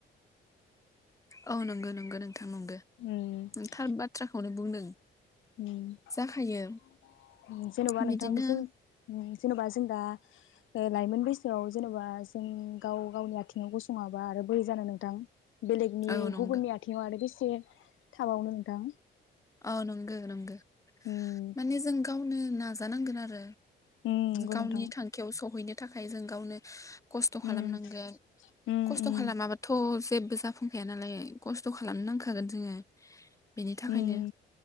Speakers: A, on the left; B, on the left.
A: औ नंगो नंगो नोंथां नंगो
B: उम
A: नों थार बाथ्राखौनो बुंदों
B: उम
A: जाखायो
B: जेनबा
A: बिदिनो
B: नोंथांसो जेनबा जों दा लाइमोन बैसोआव जेनबा जों गाव गावनि आथिङाव गसङाबा आरो बोरै जानो नोंथां। बेलेगनि
A: औ नंगौ
B: गुबुननि आथिङाव आरो बेस से थाबावनो नोंथां
A: अ नंगो नंगो
B: उम
A: माने जों गावनो ना नाजानांगोन आरो
B: उम नंगौ
A: गावनि
B: नोंथां
A: थांखियाव सहैनो थाखाय जों गावनो खस्थ' खालामनांगोन
B: उम उम
A: खस्थ'
B: उम
A: खालामाबाथ' जेबो जाफुंखाया नालाय खस्थ' खालाम नांखागोन जोङो बिनि थाखायनो
B: उम